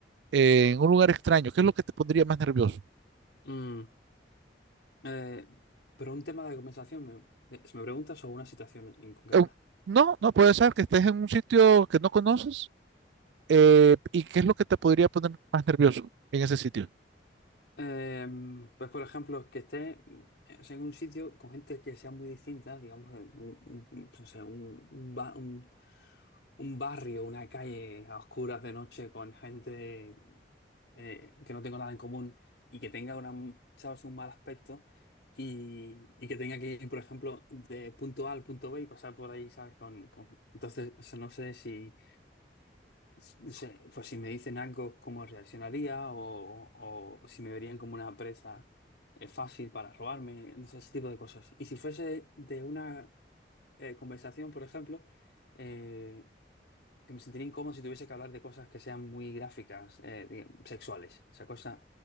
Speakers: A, on the right; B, on the left.
A: eh, en un lugar extraño, ¿qué es lo que te pondría más nervioso?
B: Mm, eh, pero un tema de conversación, me, eh, si me preguntas, o una situación en concreta.
A: Eh, no, no puede ser que estés en un sitio que no conoces. eh, ¿y qué es lo que te podría poner más nervioso en ese sitio?
B: Em, pues por ejemplo, que esté eh, o sea, en un sitio con gente que sea muy distinta, digamos, en un, un- no sé, un, un ba- un- un barrio, una calle a oscuras de noche con gente eh, que no tengo nada en común y que tenga una, ¿sabes? un mal aspecto y, y que tenga que ir, por ejemplo, de punto A al punto B y pasar por ahí, ¿sabes? Con, con- Entonces, o sea, no sé si no sé, pues si me dicen algo, cómo reaccionaría o, o- o si me verían como una presa eh, fácil para robarme, no sé, ese tipo de cosas. Y si fuese de una eh, conversación, por ejemplo, eh, que me sentiría incómodo si tuviese que hablar de cosas que sean muy gráficas, eh, digamos, sexuales, o sea, cosas